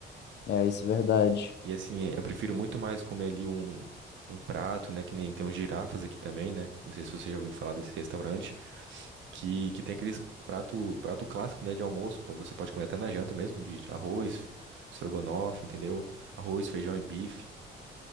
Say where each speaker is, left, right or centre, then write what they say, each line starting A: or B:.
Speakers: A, on the left; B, on the right.
A: É, isso é verdade.
B: E assim, eh, eu prefiro muito mais comer ali um, um prato, né? Que nem tem os girafas aqui também, né? Não sei se você já ouviu falar desse restaurante, que, que tem aqueles prato, prato clássico, né? De almoço. pô, Você pode comer até na janta mesmo, de arroz, estrogonofe, entendeu? Arroz, feijão e bife.